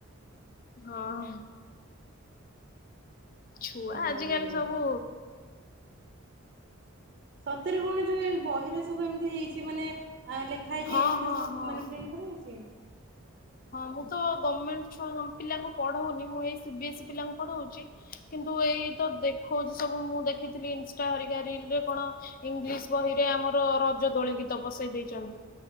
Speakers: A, on the left; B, on the right.
A: ହଁ। ଛୁଆ
B: କଣ କରିବା
A: ଆଜିକାଲି ସବୁ
B: ପିଲା। ସତରେ କଣ ଯୋଉ ବହିରେ ସବୁ ଏମିତି ହେଇଛି ମାନେ ଆ ଲେଖା ହେଇଛି
A: ହଁ
B: ଏମିତି
A: ହଁ
B: ସବୁ
A: ହଁ।
B: ମାନେ ପ୍ରିଣ୍ଟ କରାହେଇଛି?
A: ହଁ ମୁଁ ତ ଗମେଣ୍ଟ ଛୁଆ ପିଲାଙ୍କୁ ପଢ଼ଉନି ମୁଁ ଏଇ ସିବି ଏସ୍ଇ ପିଲାଙ୍କୁ ପଢଉଛି। କିନ୍ତୁ ଏଇ ତ ଦେଖଉଛି ସବୁ ମୁଁ ଦେଖିଥିଲି ଇନ୍ଷ୍ଟା ହରିକା ରିଲରେ କଣ ଇଂଲିଶ ବହିରେ ଆମର ରଜ ଦୋଳି ଗୀତ ବସେଇ ଦେଇଛନ୍ତି।